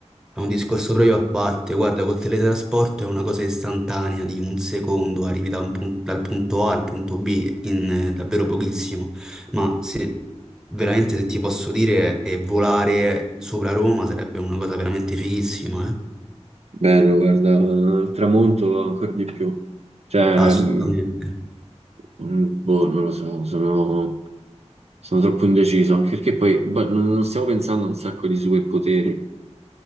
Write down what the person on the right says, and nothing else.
bello, guarda, il tramonto ancora di più. Cioè,
mm, mm, boh, non lo so, sono... Sono troppo indeciso, anche perché poi boh, non non stiamo pensando a un sacco di superpoteri.